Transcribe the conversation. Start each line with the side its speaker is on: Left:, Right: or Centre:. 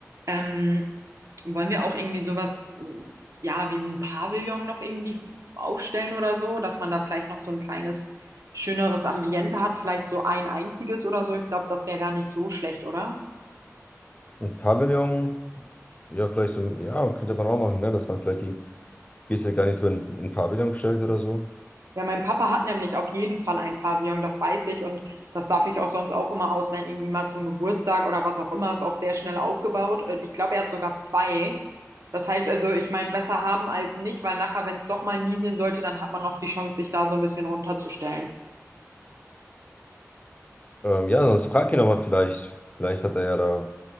Right: Ähm, wollen wir auch irgendwie sowas, mh, ja, wie ein Pavillon noch irgendwie aufstellen oder so, dass man da vielleicht noch so ein kleines, schöneres Ambiente hat, vielleicht so ein einziges oder so. Ich glaube, das wäre gar nicht so schlecht, oder?
Left: Ein Pavillon, ja, vielleicht so, ja, könnte man auch machen, ne? Dass man vielleicht die Bierzeltgarnitur in, in Pavillon stellt oder so.
Right: Ja, mein Papa hat nämlich auf jeden Fall ein Pavillon, das weiß ich und das darf ich auch sonst auch immer ausleihen, irgendwie mal zum Geburtstag oder was auch immer, ist auch sehr schnell aufgebaut. Und Ich glaube, er hat sogar zwei. Das heißt also, ich meine, besser haben als nicht, weil nachher, wenn es doch mal nieseln sollte, dann hat man noch die Chance, sich da so ein bisschen runterzustellen.
Left: Ähm, ja, sonst frag ihn aber vielleicht. Vielleicht hat er ja da